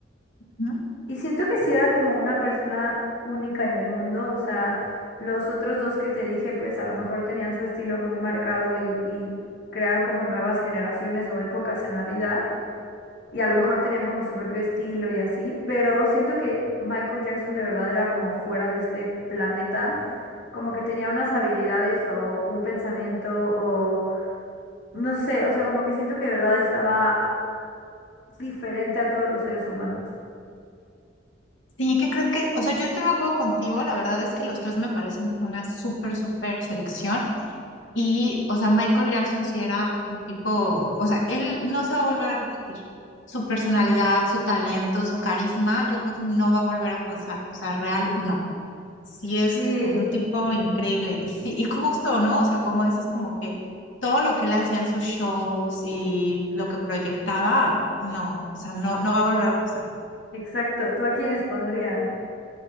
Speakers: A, on the left (about 80°); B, on the left (about 65°).
A: Ujú.
B: Y siento que sí era como una persona única en el mundo, o sea, los otros dos que te dije, pues a lo mejor tenían su estilo muy marcado y, y crearon como nuevas generaciones o épocas en la vida, y a lo mejor tenían como su propio estilo y así, pero siento que Michael Jackson de verdad era como fuera de este planeta, como que tenía unas habilidades o un pensamiento o no sé, o sea, como que siento que de verdad estaba diferente a todos los seres humanos.
A: Sí, ¿qué crees que? O sea, yo estoy de acuerdo contigo. La verdad es que los tres me parecen una súper, súper selección. Y, o sea, Michael Jackson sí era un tipo, o sea, él no se va a volver a repetir. Su personalidad, su talento, su carisma, yo creo que no va a volver a pasar. O sea, real, no. Sí es
B: Sí,
A: un tipo increíble. Y sí, y justo, ¿no? O sea, como dices, como que todo lo que él hacía en sus shows y lo que proyectaba, no, o sea, no, no va a volver a pasar.
B: exacto. ¿Tú a quiénes pondrías?